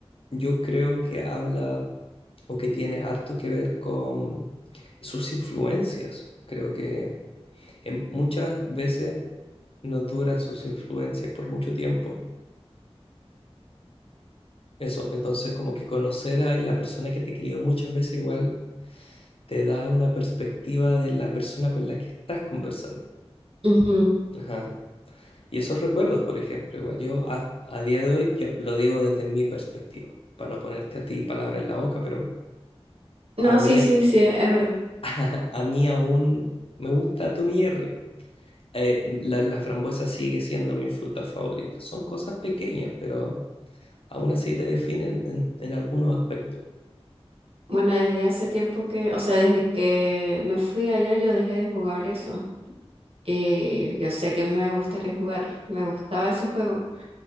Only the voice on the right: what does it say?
Ujú.
No,
sí, sí,
sí, es verdad.
Bueno, desde hace tiempo que, o sea, desde que me fui allá yo dejé de jugar eso. Y yo sé que me gustaría jugar, me gustaba ese juego.